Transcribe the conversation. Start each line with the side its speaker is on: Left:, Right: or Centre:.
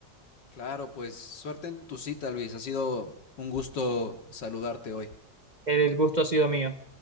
Left: Claro, pues suerte en tu cita, Luis. Ha sido un gusto saludarte hoy.
Right: El gusto ha sido mío.